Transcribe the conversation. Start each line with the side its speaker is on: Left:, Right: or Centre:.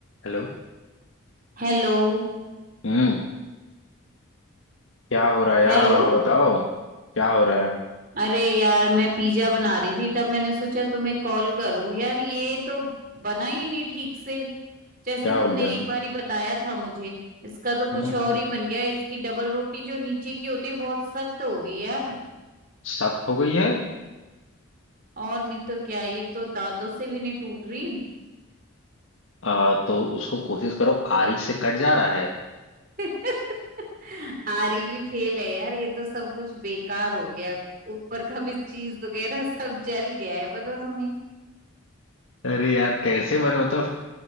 Left: हेलो
Right: Hello
Left: हम्म क्या हो रहा है यार
Right: Hello
Left: और बताओ क्या हो रहा है
Right: अरे यार मैं पिज्जा बना रही थी तब मैंने सोचा तुम्हें कॉल करूं यार ये तो बना ही नहीं ठीक से जैसे
Left: क्या
Right: तुमने
Left: हो गया
Right: एक बार ही बताया था मुझे इसका तो कुछ
Left: हम्म
Right: और
Left: हम्म
Right: ही बन गया इसकी डबल रोटी जो नीचे की होती है बहुत सख्त होगी यार
Left: सख्त हो गई है
Right: और नहीं तो क्या ये तो दांतों से भी नहीं टूट रही
Left: आ, तो उसको कोशिश करो आरी से कट जा रहा है
Right: <laughs> आरी भी फेल है यार ये तो सब कुछ बेकार हो गया ऊपर का भी चीज वगैरह सब जल गया है पता तुम्हें
Left: अरे यार कैसे बने मतलब